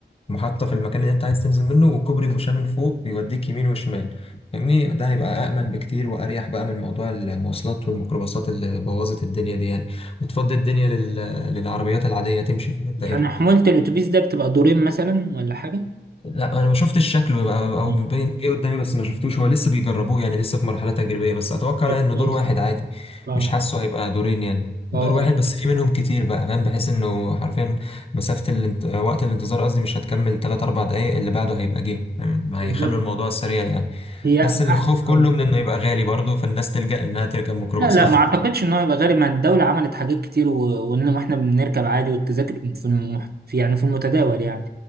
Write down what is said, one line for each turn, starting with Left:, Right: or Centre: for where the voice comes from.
Left: محطة في المكان اللي انت عايز تنزل منه وكوبري مشاة من فوق بيوديك يمين وشمال فاهمني ده هيبقى أأمن بكتير وأريح بقى من موضوع المواصلات والميكروباصات اللي بوظت الدنيا دي يعني وتفضي الدنيا لل... للعربيات العادية تمشي في الدائرة
Right: يعني حمولة الأتوبيس ده بتبقى دورين مثلا ولا حاجة؟
Left: لا انا ما شفتش شكله يبقى-
Right: مم.
Left: او مبين ايه قدامي بس ما شفتوش هو لسه بيجربوه يعني لسه في مرحله تجريبيه بس اتوقع
Right: طب
Left: انه
Right: كويس
Left: دور واحد عادي
Right: اه
Left: مش حاسه هيبقى دورين يعني
Right: اه
Left: دور
Right: آه.
Left: واحد بس في منهم كتير بقى فاهم بحيث انه حرفيا مسافه الانت... وقت الانتظار قصدي مش هتكمل 3 4 دقائق اللي بعده هيبقى جه فاهم؟ ما
Right: بالظبط
Left: هيخلوا الموضوع سريع يعني
Right: هي
Left: بس الخوف
Right: أحسن
Left: كله من انه يبقى غالي برضه فالناس تلجأ انها تركب ميكروباصات
Right: لا لا ما اعتقدش ان هو يبقى غالي ما الدولة عملت حاجات كتير و... وان احنا بنركب عادي والتذاكر في, المح... في يعني في المتداول يعني